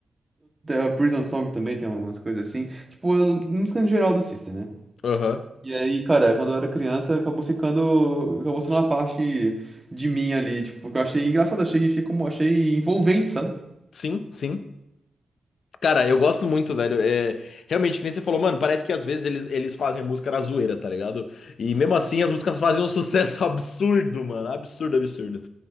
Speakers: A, on the right; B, on the left.
A: a Prison Song também, tem umas coisas assim. Tipo, a música em geral do System, né?
B: Aham.
A: E aí, cara, quando eu era criança, acabou ficando. Acabou sendo uma parte de mim ali, tipo, porque eu achei engraçado, achei, achei como achei envolvente, sabe?
B: Sim, sim. Cara, eu gosto muito, velho. É, realmente, que nem você falou, mano, parece que às vezes eles, eles fazem a música na zoeira, tá ligado? E mesmo assim as músicas fazem um sucesso <laughs> absurdo, mano. Absurdo, absurdo.